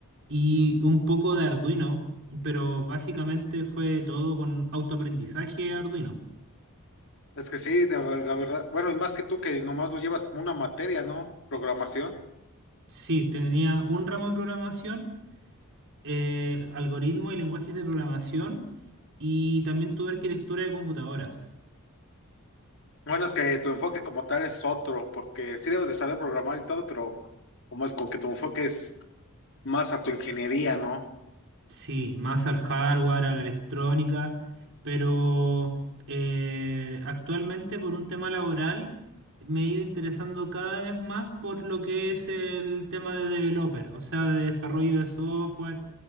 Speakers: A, on the right; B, on the left.
A: y un poco de Arduino, pero básicamente fue todo con autoaprendizaje Arduino.
B: Es que sí, la, ver- la verdad, bueno, y más que tú que nomás lo llevas como una materia, ¿no? Programación.
A: Sí, tenía un ramo de programación, eh, algoritmos y lenguajes de programación, y también tuve arquitectura de computadoras.
B: Bueno, es que tu enfoque como tal es otro, porque sí debes de saber programar y todo, pero como es como que tu enfoque es más a tu ingeniería, ¿no?
A: Sí, más al hardware, a la electrónica, pero eh, actualmente por un tema laboral me he ido interesando cada vez más por lo que es el tema de developer, o sea, de desarrollo de software,